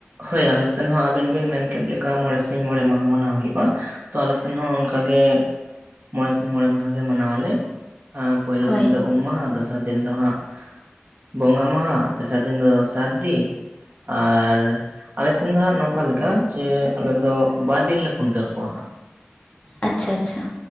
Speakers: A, on the right; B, on the left.
A: ᱦᱳᱭ ᱟᱞᱮᱥᱮᱱ ᱦᱚᱸ ᱟᱵᱤᱱ ᱵᱤᱱ ᱢᱮᱱᱠᱮᱫ ᱞᱮᱠᱟ ᱢᱚᱬᱮ ᱥᱤᱧ ᱢᱚᱬᱮ ᱢᱟᱦᱟ ᱢᱟᱱᱟᱣ ᱦᱩᱭᱩᱜᱼᱟ ᱛᱚ ᱟᱞᱮ ᱥᱮᱱ ᱦᱚᱸ ᱚᱱᱠᱟᱜᱮ ᱢᱚᱬᱮ ᱥᱤᱧ ᱢᱚᱬᱮ ᱢᱟᱦᱟ ᱜᱮ ᱢᱟᱱᱟᱣᱟᱞᱮ <unintelligible> ᱯᱳᱭᱞᱳ
B: ᱦᱳᱭ
A: ᱫᱤᱱ ᱫᱚ ᱩᱢ ᱢᱟᱦᱟ ᱫᱚᱥᱟᱨ ᱫᱤᱱ ᱫᱚ ᱦᱟᱸᱜ ᱵᱚᱸᱜᱟ ᱢᱟᱦᱟ ᱛᱮᱥᱟᱨ ᱫᱤᱱ ᱫᱚ ᱥᱟᱹᱨᱫᱤ ᱟᱨ ᱟᱞᱮ ᱥᱮᱱ ᱫᱚ ᱦᱟᱸᱜ ᱱᱚᱝᱠᱟ ᱞᱮᱠᱟ ᱡᱮ ᱟᱞᱮ ᱫᱚ ᱵᱟᱨ ᱫᱤᱱ ᱞᱮ ᱠᱷᱩᱱᱴᱟᱹᱣ ᱠᱚᱣᱟ ᱦᱟᱸᱜ
B: ᱟᱪᱪᱷᱟ ᱟᱪᱪᱷᱟ